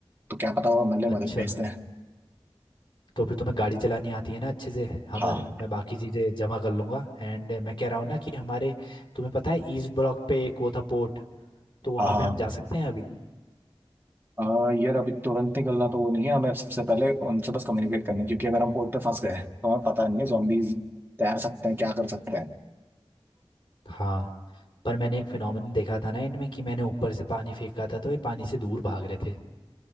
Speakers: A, on the right; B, on the left.
A: तो क्या पता वो हमारे लिए
B: अच्छा
A: मदद भेज दें
B: तो फिर तुम्हें गाड़ी चलानी आती है ना अच्छे से हमर
A: हाँ
B: मैं बाकी चीज़ें जमा कर लूँगा एंड मैं कह रहा हूँ ना कि हमारे तुम्हें पता है ईस्ट ब्लॉक पे एक वो था पोर्ट तो वहाँ
A: हाँ
B: पे
A: हाँ
B: हम जा सकते हैं अभी
A: आ, यार अभी तुरंत निकलना तो वो नहीं है हमें सबसे पहले उनसे बस कम्युनिकेट करना है, क्योंकि अगर हम पोर्ट पे फंस गए तो हमें पता नहीं है zombies तैर सकते हैं क्या कर सकते हैं
B: हाँ पर मैंने एक फिनोमेना देखा था ना इनमें कि मैंने ऊपर से पानी फेंका था तो ये पानी से दूर भाग रहे थे